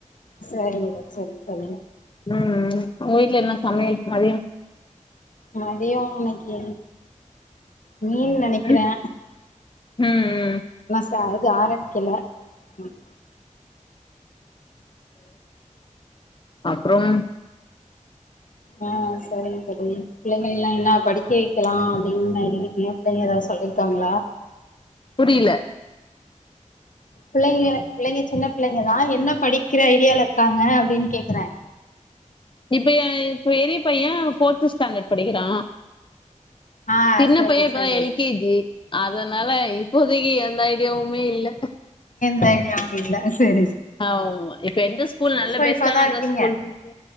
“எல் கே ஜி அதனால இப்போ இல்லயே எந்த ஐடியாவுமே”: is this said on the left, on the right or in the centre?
Left